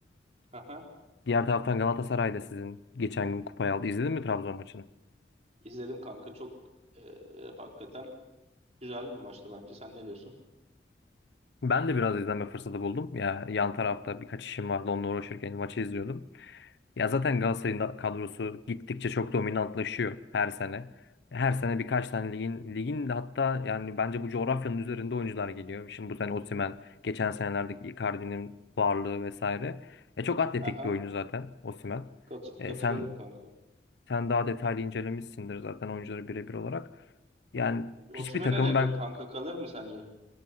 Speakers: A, on the right (about 35°); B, on the left (about 70°).
A: Aha,
B: Diğer taraftan Galatasaray da sizin geçen gün kupayı aldı. İzledin mi Trabzon maçını?
A: izledim kanka çok e, hakikaten güzel bir maçtı bence. Sen ne diyorsun?
B: Ben de biraz izleme fırsatı buldum. Ya yan tarafta birkaç işim vardı. Onunla uğraşırken maçı izliyordum. Ya zaten Galatasaray'ın da kadrosu gittikçe çok dominantlaşıyor her sene. Her sene birkaç tane ligin ligin de hatta yani bence bu coğrafyanın üzerinde oyuncular geliyor. Şimdi bu sene Osimhen, geçen senelerdeki Icardi'nin varlığı vesaire. E çok atletik
A: Aha,
B: bir oyuncu zaten Osimhen.
A: kat,
B: E
A: katılıyorum
B: sen
A: kanka.
B: sen daha detaylı incelemişsindir zaten oyuncuları birebir olarak. Yani
A: Osimhen'e
B: hiçbir takımı
A: ne
B: ben
A: diyorsun kanka? Kalır mı sence?